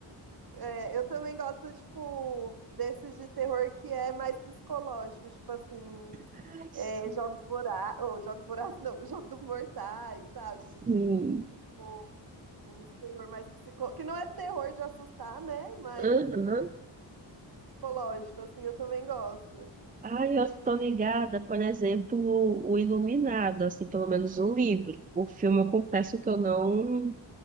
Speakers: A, on the right; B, on the right.
A: É, eu também gosto, tipo, desses de terror que é mais psicológico, tipo assim,
B: Ai, sim.
A: é, jogos vorazes, ou jogos vorazes não, <laughs> jogos mortais, sabe?
B: Sim.
A: Tipo, um terror mais psicológico, que não é terror de assustar, né? Mas
B: Aham.
A: psicológico, assim, eu também gosto.
B: Ai, eu tô ligada, por exemplo, o Iluminado, assim, pelo menos o livro. O filme, eu confesso que eu não.